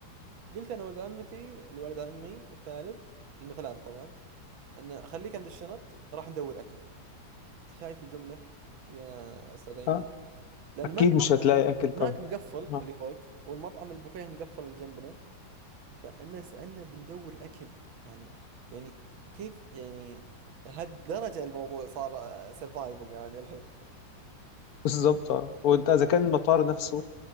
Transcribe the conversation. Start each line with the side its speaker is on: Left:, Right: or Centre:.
Right: قلت أنا ولد عمتي الولد عمي الثالث لنا ثلاثة طبعا أن خليك عند الشنط راح ندور أكل أنت شايف الجملة يا أستاذ أيمن
Left: آه.
Right: لأن
Left: أكيد
Right: ما في
Left: مش
Right: مطعم
Left: هتلاقي أكل طبعا
Right: ماك مقفل
Left: آه.
Right: اللي فوق والمطعم البوفيه المقفل اللي جنبنا فانا سالنا بندور اكل يعني يعني كيف يعني لهالدرجه الموضوع صار سرفايفل يعني الحين
Left: بالظبط آه. وانت اذا كان المطار نفسه